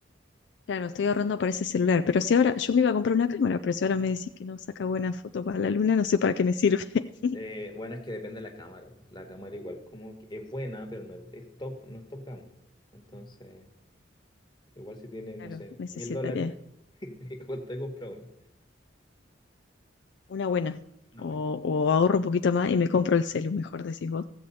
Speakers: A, on the left; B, on the left.
A: Claro, estoy ahorrando para ese celular, pero si ahora yo me iba a comprar una cámara, pero si ahora me decís que no saca buenas fotos para la luna, no sé para qué me sirve. <laughs>
B: Eh, bueno, es que depende de la cámara. pues. La cámara igual como que es buena, pero no es, es top, no es top gama. Entonces, igual si tienes,
A: Claro,
B: no sé,
A: necesitaría
B: mil dólares, <laughs> igual te compra una.
A: una buena.
B: No,
A: O,
B: bueno.
A: o ahorro un poquito más y me compro el celu, mejor decís vos.